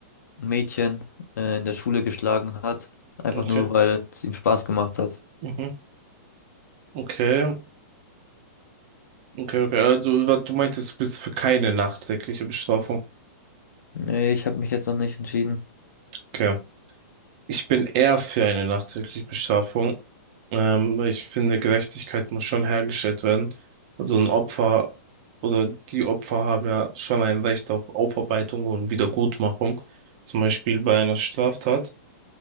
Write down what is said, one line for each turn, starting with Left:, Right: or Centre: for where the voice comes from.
Left: Mädchen äh, in der Schule geschlagen hat, einfach
Right: Okay.
Left: nur, weil es ihm Spaß gemacht hat.
Right: Mhm. Okay, okay, okay. Also, wa- du meintest, du bist für keine nachträgliche Bestrafung.
Left: Nee, ich habe mich jetzt noch nicht entschieden.
Right: Okay. Ich bin eher für eine nachträgliche Bestrafung. Ähm, weil ich finde, Gerechtigkeit muss schon hergestellt werden. Also ein Opfer oder die Opfer haben ja schon ein Recht auf Aufarbeitung und Wiedergutmachung. Zum Beispiel bei einer Straftat.